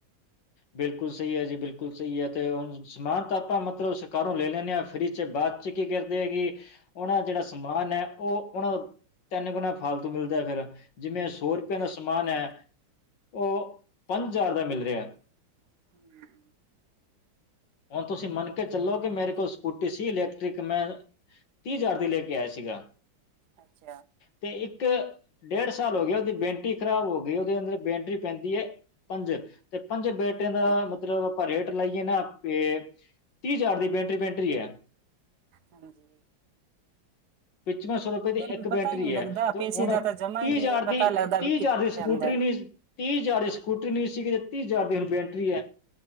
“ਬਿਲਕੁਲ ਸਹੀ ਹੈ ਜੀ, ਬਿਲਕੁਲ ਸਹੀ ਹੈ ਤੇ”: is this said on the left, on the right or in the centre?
Left